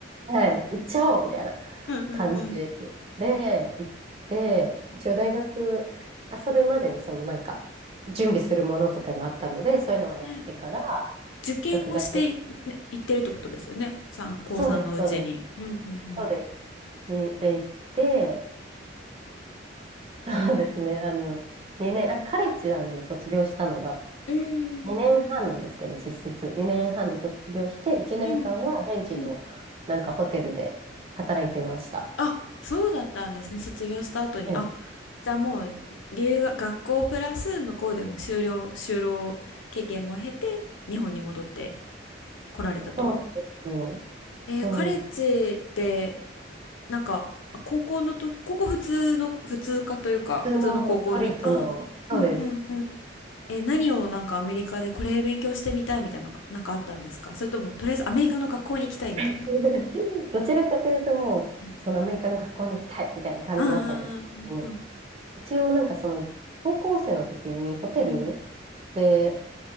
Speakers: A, on the right; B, on the left.
A: はい、行っちゃおうみたいな
B: うんうんうん。
A: 感じで、行って、一応大学、あ、それまでにそのなんか、準備するものとかがあったので、そういうのはやってから、
B: ね受験をしてい、
A: 6月、
B: ね、行ってるってことですよね。三高3のうちに。
A: そうです、そうです。
B: うんうん
A: そうです。に、で行って、<laughs> そうですね、あの、2年、あれ、カレッジなんで卒業したのが、
B: うん。うん
A: 2年半なんですけど、実質。2年半で卒業して、1年間は現地のなんかホテルで働いていました。
B: うんうんあ、そうだったんですね。卒業した後に。
A: うん、
B: あ、じゃあもう留学、学校プラス向こうでも修了、就労経験も経て日本に戻って来られたと。
A: そうなんですよ。
B: えーカレッジで
A: うん、普
B: なんかあ高校のと、高校普通の普通科というか普通の高校に、
A: 通の都立の、
B: あ、うんうんうん。
A: そうです。
B: えー何をなんかアメリカでこれ勉強してみたいみたいなのがなんかあったんですかそれともとりあえずアメリカの学校に行きたいみたいな。
A: <laughs> どちらかというと、もう、
B: うん
A: そのアメリカの学校に行きたいみたいな感じだったんですけど、
B: うんうんうんうん
A: 一応なんかその、高校生の時にホテル
B: うん。
A: で